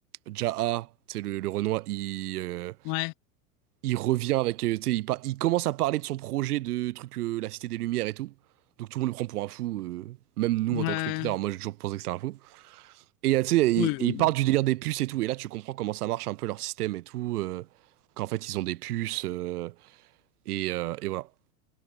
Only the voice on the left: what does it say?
Ouais,
ouais,
oui. oui, oui.